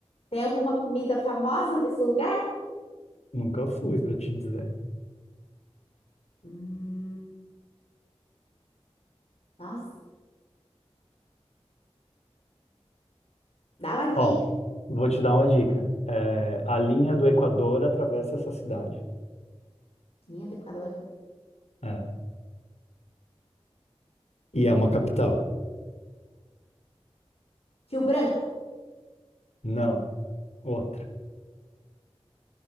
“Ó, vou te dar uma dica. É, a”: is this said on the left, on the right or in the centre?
Left